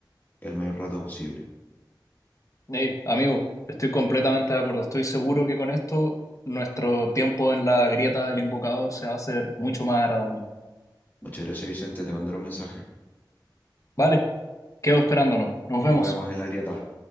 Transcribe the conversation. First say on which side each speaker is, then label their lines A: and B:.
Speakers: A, on the left; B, on the left.
A: el mayor rato posible.
B: Hey, amigo, estoy completamente de acuerdo. Estoy seguro que con esto nuestro tiempo en la grieta del invocador se va a hacer mucho más agradable.
A: Muchas gracias, Vicente, te mandaré un mensaje.
B: Vale, quedo esperándolo. Nos
A: Nos
B: vemos.
A: vemos en la grieta.